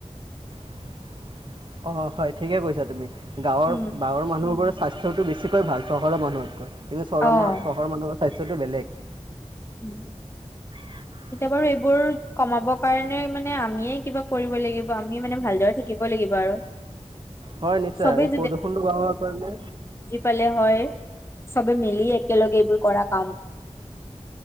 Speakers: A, on the right (about 45°); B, on the left (about 20°).
A: <inaudible> অঁ হয় ঠিকে কৈছা তুমি। গাঁৱৰ
B: উম।
A: গাঁৱৰ মানুহবোৰৰ স্বাস্থ্যটো বেছিকৈ ভাল চহৰৰ মানুহতকৈ। কিন্তু চৰৰহৰ
B: অ',
A: চহৰৰ মানুহৰ স্বাস্থ্যটো বলেগ।
B: উম।
A: উ <unintelligible>
B: এতিয়া বাৰু এইবোৰ কমাব কাৰণে মানে আমিয়ে কিবা কৰিব লাগিব, আমি মানে ভালদৰে থাকিব লাগিব আৰু।
A: হয়, নিশ্চয়।
B: চবেই
A: এই প্ৰদূষণটো বন্ধ হোৱাৰ কাৰণে
B: কালে হয়, চবে মিলি একেলগে এইবোৰ কৰা কাম